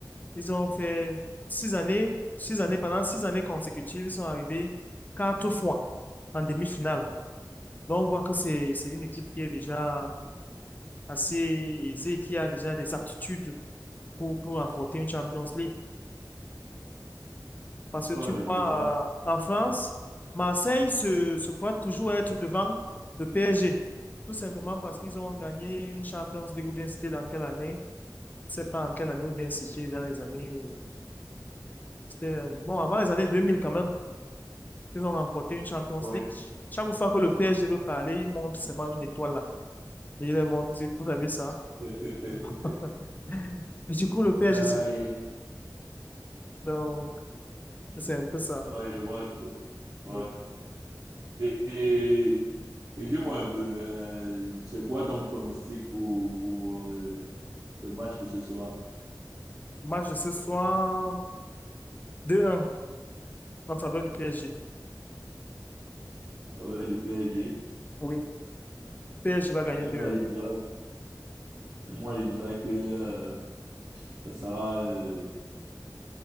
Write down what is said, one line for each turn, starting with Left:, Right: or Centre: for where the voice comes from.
Left: Ils ont fait six années, six années, pendant six années consécutives, ils sont arrivés quatre fois en demi-finale. Donc, on voit que c'est, c'est une équipe qui est déjà assez aisée, qui a déjà des aptitudes pour, pour remporter une Champions League. Parce que
Right: ouais
Left: tu vois,
Right: je vois.
Left: euh, en France, Marseille se, se croit toujours être devant le PSG. Tout simplement parce qu'ils ont gagné une Champions League, ou bien c'était dans quelle année? Je sais pas en quelle année, ou bien c'était dans les années. c'était, euh, Bon, avant les années 2000 quand même, ils ont remporté une Champions
Right: Ouais.
Left: League. Chaque fois que le PSG veut parler, ils montrent seulement une étoile là. Et ils leur montrent, vous avez ça?
Right: <laughs>
Left: <laughs> Et du coup, le PSG,
Right: Euh,
Left: c'est-
Right: et-
Left: donc, c'est un peu ça.
Right: ouais, je vois un peu. Ouais.
Left: Le
Right: Et, et- et dis-moi un peu, euh, c'est quoi ton pronostic pour, pour euh, le match de ce soir
Left: match de ce soir, deux un en faveur du PSG.
Right: en faveur du PSG?
Left: Oui, PSG va gagner
Right: Euh,
Left: deux
Right: Moi,
Left: 1
Right: je dirais, moi, je dirais que euh, ça sera euh,